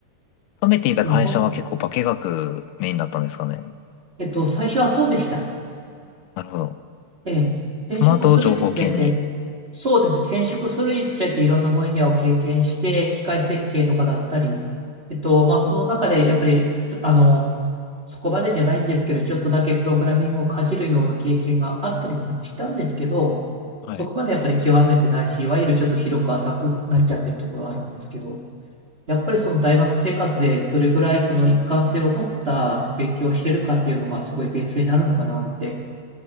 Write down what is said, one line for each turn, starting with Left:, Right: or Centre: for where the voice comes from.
Left: 勤めていた会社は結構化学メインだったんですかね。
Right: でも、ほん、えっと、最初はそうでした。
Left: なるほど。
Right: ええ、
Left: その後、
Right: 転職するにつれて、
Left: 情報系に。
Right: そうですね、転職するにつれていろんな分野を経験して、機械設計とかだったり、えっと、まあ、その中でやっぱり、あの、そこまでじゃないんですけど、ちょっとだけプログラミングをかじるような経験があったりもしたんですけど、
Left: はい。
Right: そこまでやっぱり極めてないし、いわゆるちょっと広く浅くなっちゃってるところはあるんですけど、やっぱりその大学生活でどれぐらいその一貫性を持った勉強をしてるかっていうのがすごいベースになるのかなって